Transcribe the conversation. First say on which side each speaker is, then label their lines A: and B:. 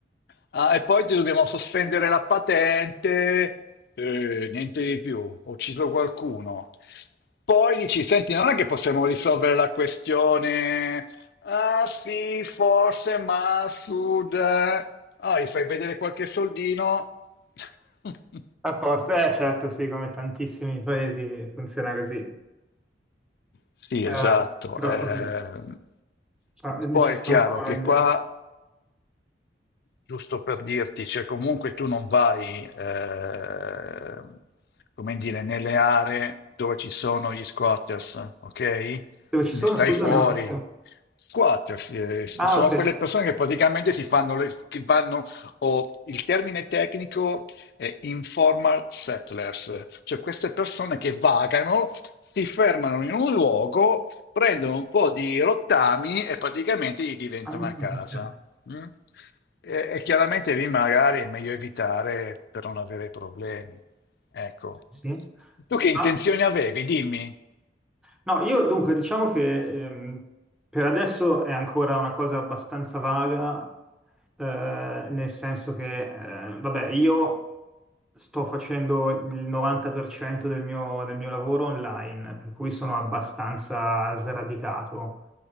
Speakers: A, on the left; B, in the centre.
A: ah, e poi ti dobbiamo sospendere la patente, eh, niente di più, ho ucciso qualcuno. Poi dici, senti, non è che possiamo risolvere la questione, ah sì, forse, ma a sud, eh." ah, gli fai vedere qualche soldino. <laughs>
B: A posto, eh certo, sì, come tantissimi paesi funziona così.
A: Sì,
B: Eh,
A: esatto.
B: purtroppo
A: ehm,
B: sì. Ah, diciamo
A: poi è chiaro
B: un po' grande.
A: che qua giusto per dirti, cioè comunque tu non vai, eh, come dire, nelle aree dove ci sono gli squatters, ok?
B: Dove ci
A: Ne
B: sono,
A: stai
B: scusa,
A: fuori.
B: no? perché-
A: Squatters, eh, sono
B: Ah, ok.
A: quelle persone che praticamente si fanno, le, che vanno, o il termine tecnico è informal settlers, cioè queste persone che vagano, si fermano in un luogo, prendono un po' di rottami e praticamente gli diventa
B: Ah,
A: una
B: nessuno
A: casa
B: mi dice.
A: mm? E, e chiaramente lì magari è meglio evitare per non avere problemi. Ecco.
B: Sì.
A: Tu che intenzioni
B: Ah,
A: avevi? Dimmi.
B: No, io dunque diciamo che ehm, per adesso è ancora una cosa abbastanza vaga, eh, nel senso che, eh, vabbè, io sto facendo il 90% del mio, del mio lavoro online, per cui sono abbastanza sradicato.